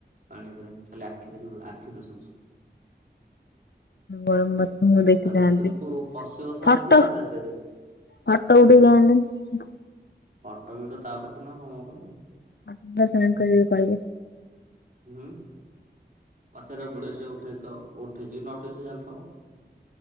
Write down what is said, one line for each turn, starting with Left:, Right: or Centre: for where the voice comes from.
Right: ପାଣି ଭିତରେ ଖାଲି ଆଖି ଦେଖୁ ଆଖି ଦିଶୁଛି।
Left: ହ ମତ ମୁଁ ଦେଖି
Right: ତା
Left: ଥାନ୍ତି
Right: ଭିତରକୁ ପଶିବ ଥରେ
Left: ଫଟୋ
Right: ଯିଏ ଆଉ
Left: ଫଟ
Right: ବାହାରି ପାରିବନି।
Left: ଉଠେଇକି ଆଣିଲନି।
Right: ଫଟୋ ଭିଡିଓ ତା ପାଖରେ ନା କଣ ମୋ ପାଖରେ।
Left: ଫଟ ଟା ସେଣ୍ଡ କରିବେ କହିବ।
Right: ହୁଁ ପଚାରିବାକୁ ପଡିବ ସେ ଉଠେଇ ଥିବ ଉଠେଇଛି କି ନ ଉଠେଇଛି ସେ ଜାଣିଥିବ।